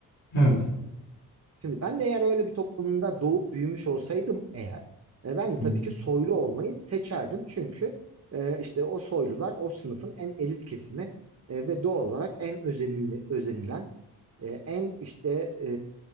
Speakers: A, on the left; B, on the right.
A: Evet.
B: Şimdi ben de eğer öyle bir toplumda doğup büyümüş olsaydım eğer e, ben de
A: Hı
B: tabii
A: hı.
B: ki soylu olmayı seçerdim. Çünkü e, işte o soylular o sınıfın en elit kesimi e, ve doğal olarak en özenil özenilen e, en işte e,